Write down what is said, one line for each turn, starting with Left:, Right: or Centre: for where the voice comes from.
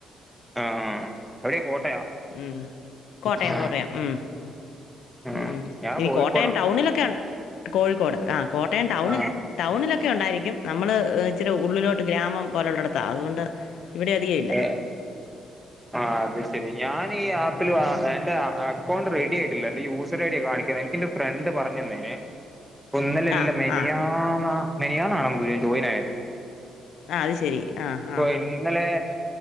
Centre: ആഹ് ആ എവിടെയാ.. <unintelligible>
Left: ഉം കോട്ടയം
Centre: ആ
Left: കോട്ടയം ഉം.
Centre: ആ
Left: ഉം
Centre: ഞാൻ
Left: ഇനി
Centre: കോഴിക്കോടാണ്
Left: കോട്ടയം ടൗണിലൊക്കെ... കോഴിക്കോട് ആ കോട്ടയം ടൗണ്
Centre: ആ
Left: ടൗണിലൊക്കെ ഉണ്ടായിരിക്കും... നമ്മൾ ഇച്ചിരി ഉള്ളിലോട്ട് ഗ്രാമം പോലെ ഉള്ളടത്താ അതുകൊണ്ട് ഇവിടെ അധികം ഇല്ല
Centre: ഏ ആ അത് ശരി ഞാൻ ഈ ആപ്പിൽ ആ എന്റെ അക്കൗണ്ട് റെഡി ആയിട്ടില്ല എന്റെ യൂസർ ഐഡിയാ കാണിക്ക്ന്നെ എനിക്ക്‌ ഇന്റെ ഫ്രണ്ട് പറഞ് ഞ്ഞെന്നെനെ ഇപ്പ ഇന്നലെ
Left: ആ
Centre: അല്ല മെനിയാന്നാ
Left: ആ
Centre: മെനിയാണ്ന്നെ ജോയിൻ ആയത്
Left: ആ അത് ശരി ആ
Centre: പ്പൊ
Left: ആ
Centre: ഇന്നലെ